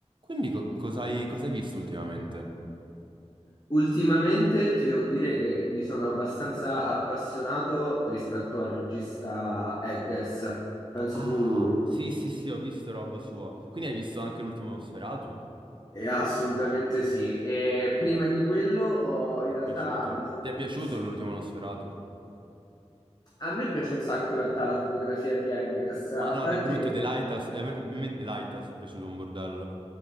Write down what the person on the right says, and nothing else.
Quindi co- cos'hai cos'hai visto ultimamente?
Ah,
sì, sì, sì, ho visto roba sua. Quindi hai visto anche l'ultimo Nosferatu?
Ti
è piaciuto?
Ti è piaciuto
l'ultimo Nosferatu?
Ma no,
di brutto,
The Lighthouse. eh, A me, a me The Lighthouse è piaciuto un bordello.